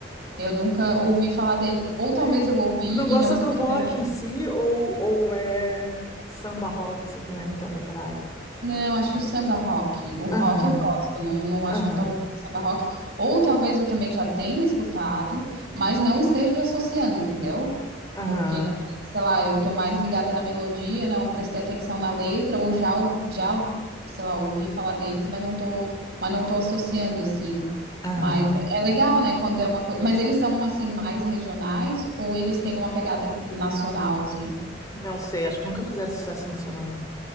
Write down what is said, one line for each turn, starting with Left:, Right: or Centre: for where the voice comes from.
Right: Eu nunca ouvi falar dele. Ou talvez
Left: É.
Right: eu ouvi
Left: Tu não gosta
Right: e não esteja.
Left: do rock em si ou, ou é samba rock, assim, que não é muito a tua praia?
Right: Não, acho que o samba rock. O rock
Left: Aham,
Right: eu gosto, não, não acho
Left: aham,
Right: que talvez o samba rock. Ou talvez eu também já tenha escutado, mas não esteja associando, entendeu?
Left: aham,
Right: Porque, sei lá, eu tô mais ligada na melodia, não prestei atenção na letra, ou já, ou- já, sei lá, ouvi falar deles, mas não tô, mas não tô associando, assim.
Left: aham.
Right: Mas é legal, né, quando é uma coisa. Mas eles são, assim, mais regionais, ou eles têm uma pegada nacional, assim?
Left: Não sei, acho que nunca fizeram sucesso nacional, não.